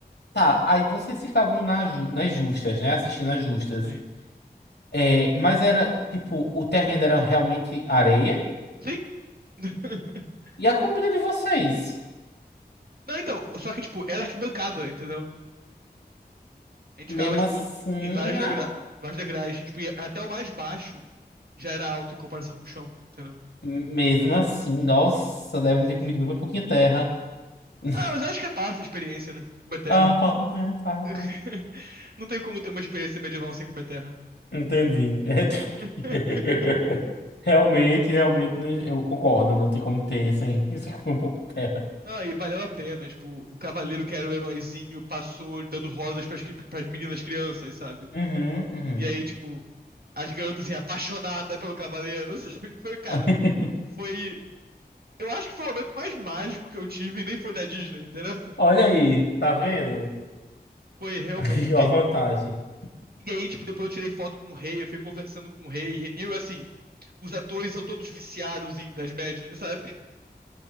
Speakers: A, on the left; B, on the right.
A: Tá, aí vocês ficavam na ju- nas justas, né? Assistindo as justas.
B: Sim.
A: É, mas era, tipo, o terreno era realmente areia.
B: Sim. <laughs>
A: E a comida de vocês?
B: Não, então, só que, tipo, era arquibancada, entendeu? A gente
A: Mesmo
B: ficava, tipo,
A: assim,
B: em vários degra...
A: a-
B: vários degraus, tipo, ia- até o mais baixo já era alto em comparação com o chão, entendeu?
A: mesmo assim, nossa, devem ter comido bem pouquinho terra. <laughs>
B: Ah, mas eu acho que é parte da experiência, né? Como é terra.
A: Ah, pá, é, pá,
B: <laughs>
A: né.
B: Não tem como ter uma experiência medieval sem comer terra.
A: Entendi.
B: <laughs>
A: <laughs> Realmente, realmente, não- eu concordo, não tem como ter sem, <laughs> sem comer um pouco de terra.
B: Não, e valeu a pena. Tipo, o cavaleiro que era o heróizinho passou dando rosas pras, cri- pras meninas crianças, sabe?
A: Uhum, uhum.
B: E aí, tipo, as garotas, assim, apaixonadas pelo cavaleiro. <laughs> sabe? Foi, cara,
A: <laughs>
B: foi. Eu acho que foi o momento mais mágico que eu tive, e nem foi da Disney, entendeu?
A: Olha aí, tá vendo?
B: Foi realmente,
A: <laughs>
B: porque.
A: A vantagem.
B: E aí, tipo, depois eu tirei foto com o rei, eu fui conversando com o rei, e eu, assim, os atores são todos viciados em das médias, sabe?